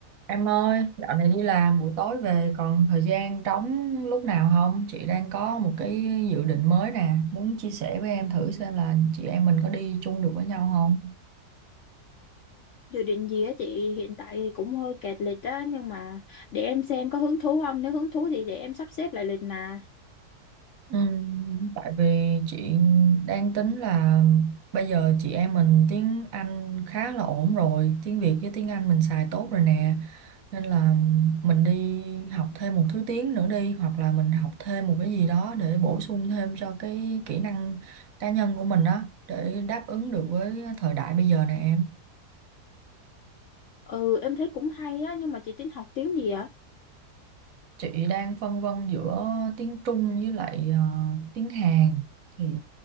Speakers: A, on the right; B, on the left.
A: Em ơi, dạo này đi làm buổi tối về còn thời gian trống lúc nào không? Chị đang có một cái dự định mới nè, muốn chia sẻ với em thử xem là chị em mình có đi chung được với nhau không?
B: dự định gì á chị hiện tại thì cũng hơi kẹt lịch á nhưng mà để em xem có hứng thú không nếu hứng thú thì để em sắp xếp lại lịch mà
A: Ừm, tại vì chị đang tính là bây giờ chị em mình tiếng Anh khá là ổn rồi, tiếng Việt với tiếng Anh mình xài tốt rồi nè. Nên là mình đi học thêm một thứ tiếng nữa đi hoặc là mình học thêm một cái gì đó để bổ sung thêm cho cái kỹ năng cá nhân của mình đó để đáp ứng được với thời đại bây giờ nè em.
B: ừ em thấy cũng hay á nhưng mà chị tính học tiếng gì á
A: Chị đang phân vân giữa tiếng Trung với lại ờ, tiếng Hàn thì